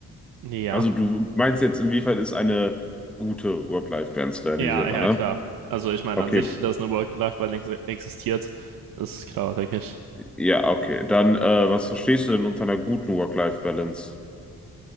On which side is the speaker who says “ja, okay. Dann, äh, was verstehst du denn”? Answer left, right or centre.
Centre